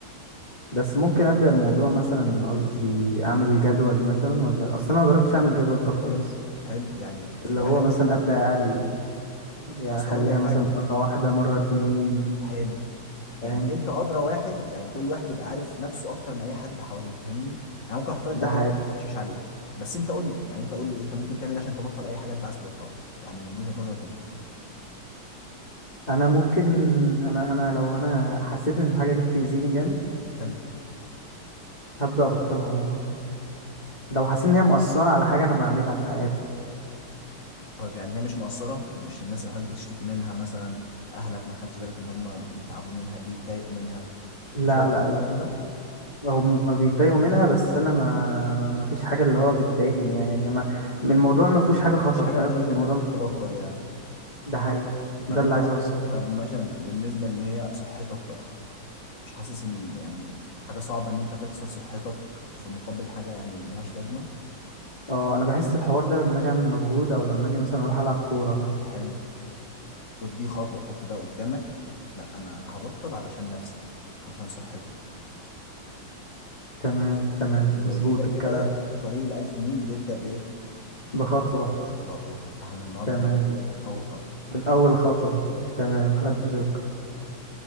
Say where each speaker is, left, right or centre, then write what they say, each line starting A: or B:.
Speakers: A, on the left; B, on the left.
A: بس ممكن أبدأ الموضوع مثلا قصدي أعمل جدول مثلا ولا أصل أنا ما جربتش
B: حلو
A: أعمل جدول ده خالص
B: حلو حلو يعني فكرة
A: اللي هو
B: حلوة
A: مثلا أبدأ أقل يعني
B: اصل
A: أخليها
B: هقول لك حاجة
A: مثلا مرة واحدة مرة اتنين
B: حلو
A: فاهم
B: يعني انت ادرى واحد يعني كل واحد بيبقى عارف نفسه اكتر من اي حد حواليه فاهمني يعني ممكن احط لك
A: ده
B: جدول
A: حقيقي
B: انت ما تمشيش عليه بس انت قول لي يعني انت قول لي انت ممكن تعمل ايه عشان تبطل اي حاجه انت عايز تبطلها يعني من وجهه نظرك انت
A: أنا ممكن أنا أنا لو أنا حسيت إن الحاجة دي بتأذيني جامد
B: حلو
A: هبدأ أبطلها لو حسيت إن هي مؤثرة على حاجة أنا بعملها في حياتي
B: طيب يعني هي مش مقصره مش الناس اللي حضرتك بتشتكي منها مثلا اهلك ما خدتش بالك ان هم بيتعبوا منها بيتضايقوا منها ما
A: لا
B: خدتش بالك
A: لا
B: من كل
A: لا
B: الكلام ده
A: هم بيتضايقوا منها بس انا ما ما ما فيش حاجه اللي هو بتضايقني يعني ما الموضوع ما فيهوش حاجه خطر
B: مش حاجه
A: فاهم
B: لدرجه
A: في الموضوع
B: ان هي تخليك
A: ما
B: تبطل
A: فيش-
B: يعني
A: <laughs> ده حقيقي
B: طب
A: ده
B: انت
A: اللي عايز اوصله
B: طب
A: لك.
B: ماشي بالنسبه ان هي صحتك بقى مش حاسس ان يعني حاجه صعبه ان انت تخسر صحتك في مقابل حاجه يعني ملهاش لازمه
A: اه انا بحس الحوار ده لما اجي اعمل مجهود او لما اجي مثلا اروح العب كوره مثلا
B: حلو خد دي خطوة حط ده قدامك لا أنا هبطل علشان نفسي علشان صحتي
A: تمام تمام
B: وكده
A: مظبوط
B: كده
A: الكلام
B: طريق الألف ميل بيبدأ بإيه؟
A: بخطوه
B: بخطوة فاحنا النهاردة
A: تمام
B: ناخد إيه؟ أول خطوة
A: الاول خطوه
B: ماشي
A: تمام
B: يا معلم
A: الف شكر
B: ماشي